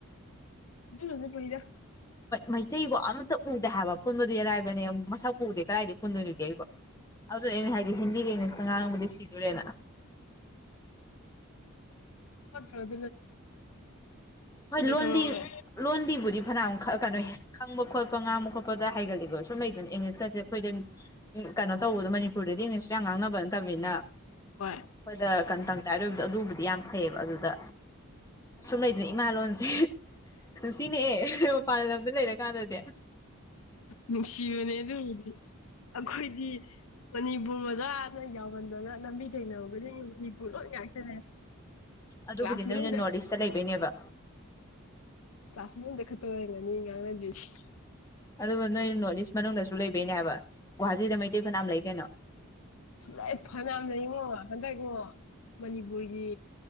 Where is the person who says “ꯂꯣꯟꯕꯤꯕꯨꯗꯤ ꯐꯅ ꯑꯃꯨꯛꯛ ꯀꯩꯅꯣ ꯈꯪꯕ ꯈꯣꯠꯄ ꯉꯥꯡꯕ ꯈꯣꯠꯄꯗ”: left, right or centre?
Left